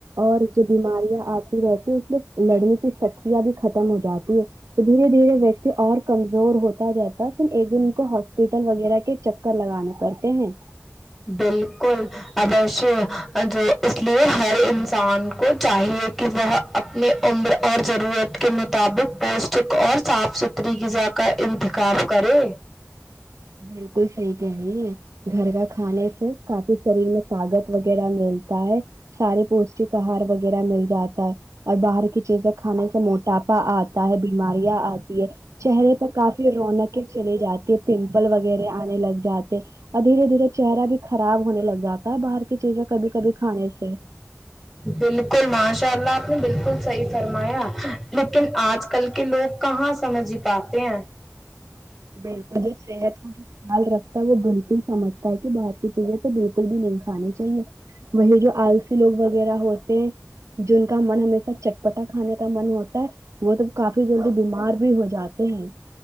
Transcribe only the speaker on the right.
اور جو بیماریاں آپ رہتی مطلب لڑنے کی سک کھولا بھی ختم ہو جاتی ہے تو دھیرے دھیرے ویکتی اور کمزور ہوتا جاتا ہے پھر ایک دن کو ہاسپٹل وغیرہ کے چکر لگانے پڑتے ہیں
بالکل صحی کہرہی ہے گھر کا کھانے سے کافی شریر میں طاگت وغیرہ ملتا ہے سارے پوشٹک ہار وغیرہ مل جاتا ہے اور باہر کی چیزیں کھانے سے موٹاپا آتا ہے بیماریاں آتی ہے چہرے پر کافی رونقیں چلی جاتی ہے پنک پل وغیرہ آنے لگ جاتے اور دھیرے دھیرے چہرہ بھی خراب ہونے لگ جا تا ہے باہر کی چیزیں کبھی کبھی کھانے سے
بالکل جی صحت خیال رکھتا ہے وہ بالکل سمجھتا ہے کی باہر کی چیزیں تو بالکل بھی نہیں کھانے چاہے وہی جو آلسی لوگ وغیرہ ہوتے ہیں جن کا من ہمیشہ چٹپٹا کھانے کا من ہوتا ہے وہ تو کافی جلدی بیمار بھی ہو جاتے ہیں